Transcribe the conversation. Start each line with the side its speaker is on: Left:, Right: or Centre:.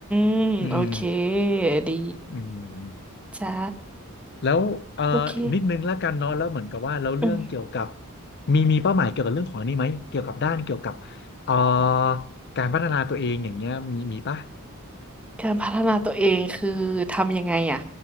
Centre: มโอเค
Left: อืม
Centre: ดี
Left: อืม
Centre: จ้า
Left: แล้วเอ่ออีกนิดนึงแล้วกันเนาะแล้วเหมือนกับว่าเราเรื่องเกี่ยวกับ
Centre: โอเคอืม
Left: มีมีเป้าหมายเกี่ยวกับเรื่องของอันนี้ไหมเกี่ยวกับด้านเกี่ยวกับเอ่อการพัฒนาตัวเองอย่างเงี้ยมีมีปะ
Centre: การพัฒนาตัวเองคือทำยังไงอ่ะ